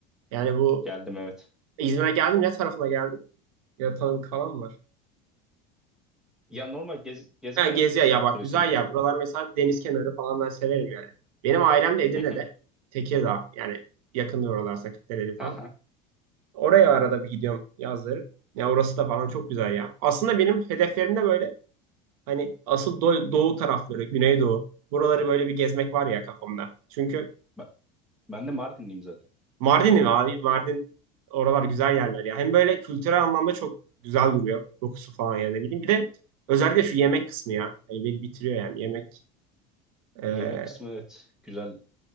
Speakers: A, on the right (about 80°); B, in the centre.
A: yani bu
B: Geldim evet.
A: İzmir'e geldim ne tarafına geldim? Ya tanıdık falan mı var?
B: Ya normal gez, gezmeye
A: Ha Gezi'ye
B: gelmiştik
A: ya
B: Saat
A: bak
B: Kulesi'nin
A: güzel
B: oraya.
A: ya. Buralar mesela deniz kenarı falan ben severim yani. Benim ailem de Edirne'de.
B: Hı hı.
A: Tekirdağ yani yakında oralar Sakatdere'li falan.
B: Aha.
A: Oraya arada bir gidiyorum yazları. Ya orası da falan çok güzel ya. Aslında benim hedeflerimde böyle Hani asıl do- doğu tarafları, Güneydoğu. Buraları böyle bir gezmek var ya kafamda. Çünkü
B: Ben, ben de Mardinliyim zaten.
A: Mardin'im abi. Mardin oralar güzel yerler ya. Hem böyle kültürel anlamda çok güzel duruyor. Dokusu falan ya ne bileyim. Bir de özellikle şu yemek kısmı ya. Hani beni bitiriyor yani yemek. Ee,
B: Yemek kısmı evet güzel